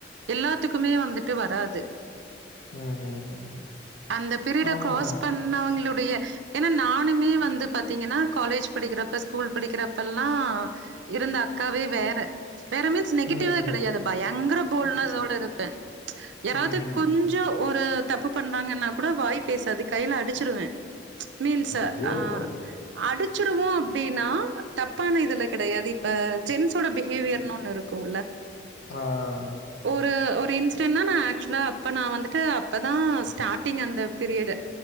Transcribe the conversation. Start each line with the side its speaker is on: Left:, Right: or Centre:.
Right: எல்லாத்துக்குமே வந்துட்டு வராது
Left: ம், ம், ம்.
Right: அந்த ப்பிரிட
Left: ஆமா.
Right: கிராஸ் பண்ணவங்களுடைய ஏன்னா நானுமே வந்து பாத்தீங்கன்னா காலேஜ் படிக்கிறப்ப ஸ்கூல் படிக்கிறப்ப எல்லா இருந்த அக்காவே வேற வேற மீன்ஸ் நெகட்டிவ்வே
Left: ம்,
Right: கெடயாது பயே யங்கற போல்ட்னஸோட இருப்பே யாராவுது
Left: ம், ம்,
Right: கொஞ்சோ
Left: ம்.
Right: ஒரு தப்பு பண்னாங்கன்னா கூட வாய் பேசாது கையில அடிச்சிருவே மீன்ஸ்
Left: ஐய்யய்யோ!
Right: ஆ அடிச்சுருவோ அப்டின்னா தப்பான இதுல கெடயாது இப்ப ஜென்ஸோட பிஹேவியர்னு ஒன்னு இருக்குல்ல
Left: ஆ ஆ ஆ
Right: ஒரு ஒரு இன்சிடென்னா நா ஆக்சுவலா அப்ப நா வந்துட்டு அப்பதா ஸ்டார்ட்டிங் அந்த பீரியடு